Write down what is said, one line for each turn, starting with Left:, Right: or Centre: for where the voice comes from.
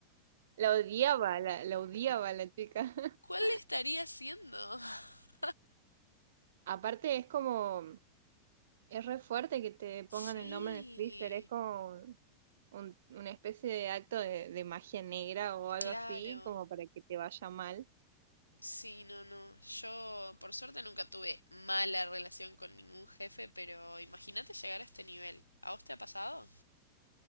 Right: La odiaba, la, la odiaba la chica. <laughs>
Left: ¿Cuál estaría haciendo? <laughs>
Right: Aparte, es como. Es re fuerte que te pongan
Left: Sí,
Right: el nombre en el freezer. Es como un- una especie de acto de, de magia negra o algo
Left: claro.
Right: así, como para que te vaya mal.
Left: Sí, no, no. Yo, por suerte, nunca tuve mala relación con ningún jefe, pero imagínate llegar a este nivel. ¿A vos te ha pasado?